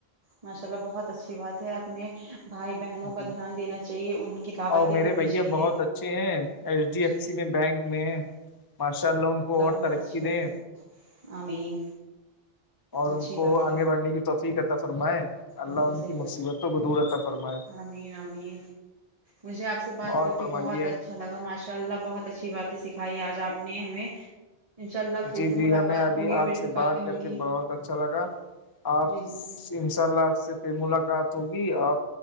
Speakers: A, on the right; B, on the left.
A: ماشاء اللہ بہت اچھی بات ہے اپنے بھائی بہنوں کا
B: جی
A: دھیان دینا چاہیے ان کی دعوتیں
B: اور میرے
A: کرنی
B: بھیا
A: چاہیے
B: بہت اچھے ہیں ایچ ڈی ایف
A: جی
B: سی میں بینک میں ہیں ماشاء اللہ ان کو اور
A: بہت
B: ترقی
A: اچھی
B: دیں
A: بات ہے آمین
B: اور
A: اچھی
B: ان کو
A: بات
B: آگے
A: ہے
B: بڑھنے کی توفیق عطا فرمائے اللہ
A: بالکل
B: ان
A: صحیح
B: کی مصیبتوں کو دور عطا فرمائے
A: امین امین مجھے آپ سے بات
B: اور
A: کر
B: فرمائیے
A: کے بہت اچھا اچھا لگا ماشاء اللہ بہت اچھی باتیں سکھائی آج آپ نے ہمیں انشاء اللہ پھر
B: جی
A: سے
B: جی
A: ملاقات
B: ہمیں ابھی
A: ہوگی
B: آپ
A: پھر
B: سے
A: باتیں
B: بات
A: ہوں
B: کر
A: گی
B: کے بہت اچھا لگا آپ
A: جی جی جی
B: انشاء اللہ آپ سے پھر ملاقات ہوگی آپ